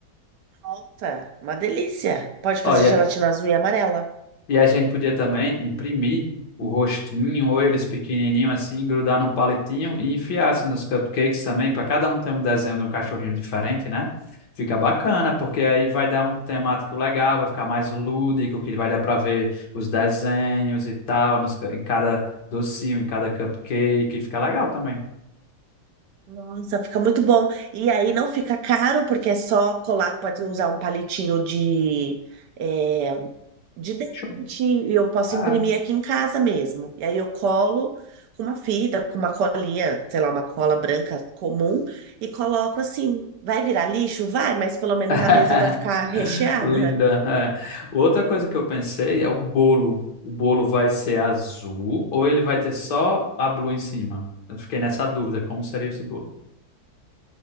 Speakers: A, on the right; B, on the left.
A: Nossa, uma delícia. Pode fazer
B: olha
A: gelatina azul e amarela.
B: E a gente podia também imprimir o rostinho ou eles pequenininho assim, grudar num palitinho e enfiar assim nos cupcakes também, para cada um ter um desenho de um cachorrinho diferente, né? Fica bacana, porque aí vai dar um temático legal, vai ficar mais lúdico, que vai dar para ver os desenhos e tal, nos, cu- em cada docinho, em cada cupcake, fica legal também.
A: Nossa, fica muito bom. E aí não fica caro, porque é só colar, pode usar um palitinho de, é, de dente,
B: Show.
A: e eu posso
B: Ah,
A: imprimir aqui em casa mesmo. E aí eu colo com uma fita, com uma colinha, sei lá, uma cola branca comum, e coloco assim. Vai virar lixo? Vai, mas pelo menos
B: <laughs>
A: a mesa vai ficar recheada.
B: Linda. é. Outra coisa que eu pensei é o bolo. O bolo vai ser azul ou ele vai ter só a blue em cima? Eu fiquei nessa dúvida, como seria esse bolo?